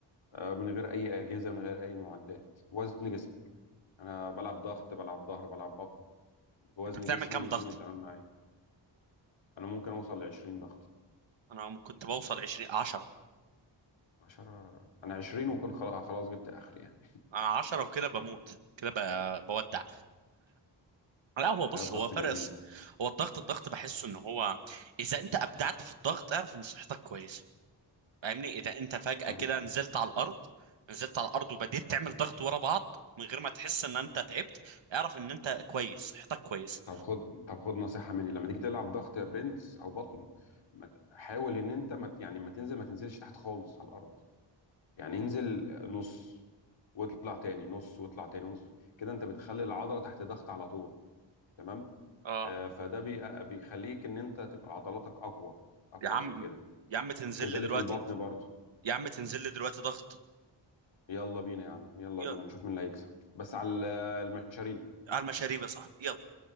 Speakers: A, on the left; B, on the right.
A: آه، من غير اي اجهزه من غير اي معدات وزن جسمك انا بلعب ضغط بلعب ظهر بلعب بطن بوزن
B: انت بتعمل
A: جسمي
B: كام
A: والدنيا
B: ضغط
A: تمام معايا انا ممكن اوصل ل 20 ضغط
B: انا كنت بوصل 20 10
A: 10 انا 20 وكنت خلاص خلاص جبت اخر يعني
B: انا 10 وكده بموت كده ب- بودع لا هو بص
A: لا الضغط
B: هو فرس
A: جميل
B: هو الضغط الضغط بحسه ان هو اذا انت ابدعت في الضغط اعرف ان صحتك كويسه فاهمني اذا انت فجأة
A: الحمد
B: كده
A: لله
B: نزلت على الارض نزلت على الارض وبديت تعمل ضغط ورا بعض من غير ما تحس ان انت تعبت اعرف ان انت كويس صحتك كويسه
A: طب خد طب خد نصيحة مني لما تيجي تلعب ضغط يا برنس او بطن ما ت- حاول ان انت ما ت- يعني ما تنزل ما تنزلش تحت خالص على الارض يعني انزل نص واطلع تاني نص واطلع تاني نص كده انت بتخلي العضلة تحت ضغط على طول تمام
B: اه
A: آه فده بي- آه، بيخليك ان انت تبقى عضلاتك اقوى اقوى
B: يا عم
A: من كده
B: يا عم تنزل
A: وكذلك
B: لي دلوقتي
A: البطن برضه
B: يا عم تنزل لي دلوقتي ضغط
A: يلا بينا يا عم يلا
B: يلا
A: بينا نشوف مين اللي هيكسب بس على المشاريب
B: على المشاريب يا صاحبي يلا